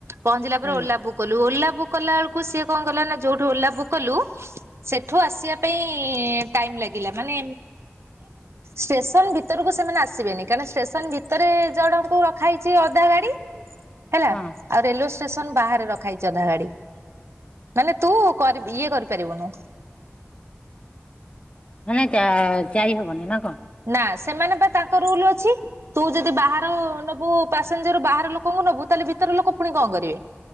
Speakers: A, on the right (about 75°); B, on the left (about 25°).
A: ପହଞ୍ଚିଲା, ପରେ
B: ହୁଁ
A: ଓଲା ବୁ କଲୁ ଓଲା ବୁକ୍ କଲା ବେଳକୁ ସିଏ କଣ କଲା ନା ଯୋଉଠୁ ଓଲା ବୁକ୍ କଲୁ ସେଠୁ ଆସିବା ପାଇଁ ଟାଇମ୍ ଲାଗିଲା ମାନେ ଷ୍ଟେସନ ଭିତରକୁ ଭିତରକୁ ସେମାନେ ଆସିବେନି କାରଣ ଷ୍ଟେସନ ଭିତରେ ଜଣଙ୍କୁ ରଖାହେଇଛି ଅଧା ଧାଡି। ହେଲା।
B: ହଁ
A: ଆଉ ରେଲୱେ ଷ୍ଟେସନ ବାହାରେ ରଖା ହେଇଛି ଅଧା ଗାଡି ମାନେ ତୁ ଇଏ କରିପାରିବୁନୁ।
B: ହେଲେ ଯା ଯାଇ ହବନି ନା କଣ?
A: ନା ସେମାନେ ପା ତାଙ୍କ ରୁଲ ଅଛି। ତୁ ଯଦି ବାହାର ନବୁ ପାସେଞ୍ଜର ବାହାର ଲୋକଙ୍କୁ ନବୁ ତାହେଲେ ଭିତର ଲୋକ ପୁଣି କଣ କରିବେ?